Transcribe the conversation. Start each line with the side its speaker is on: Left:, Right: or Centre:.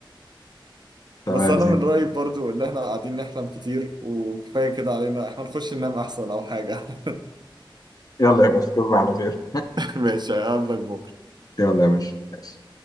Left: تمام
Right: بس انا
Left: زي
Right: من رأيي برضو ان احنا قاعدين نحلم كتير وكفاية كده علينا احنا نخش ننام احسن او حاجة <laughs>
Left: يلا يا باشا تصبح على خير
Right: ماشي هقابلك بكرة
Left: يلا يا باشا ماشي.